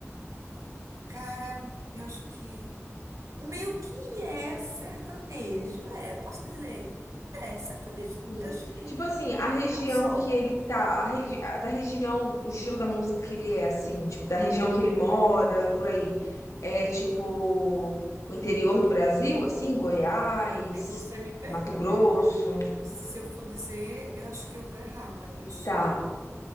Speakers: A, on the right (about 90°); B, on the left (about 80°).
A: Cara, eu acho que meio que é sertanejo, é, posso dizer. É, sertanejo.
B: Sim.
A: Eu acho que
B: Tipo assim, a região
A: não só.
B: que ele tá, a religi- a da região, o estilo da música que ele é, assim, tipo, da região que ele mora, por aí. É tipo o interior do Brasil, assim, Goiás,
A: Aí você me pegou.
B: Mato Grosso.
A: Eh, Se eu for dizer, eu acho que eu vou errar, mas
B: Tá.